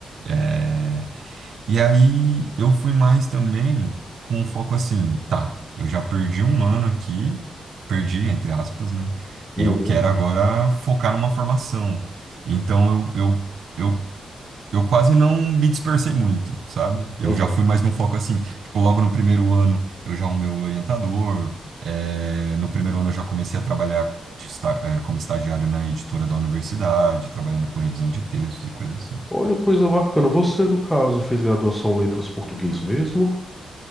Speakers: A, on the right; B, in the centre.
A: é, e aí eu fui mais também com um foco assim, tá, eu já perdi um ano aqui, perdi, entre aspas, né?
B: Uhum.
A: Eu quero agora focar numa formação. Então eu, eu, eu, eu quase não me dispersei muito, sabe? Eu
B: Uhum.
A: já fui mais num foco assim, tipo, logo no primeiro ano eu já arrumei o orientador, eh, no primeiro ano eu já comecei a trabalhar de esta- eh, como estagiário na editora da universidade, trabalhando com revisão de textos e coisas assim.
B: Olha, coisa bacana. Você, no caso, fez graduação em letras português mesmo?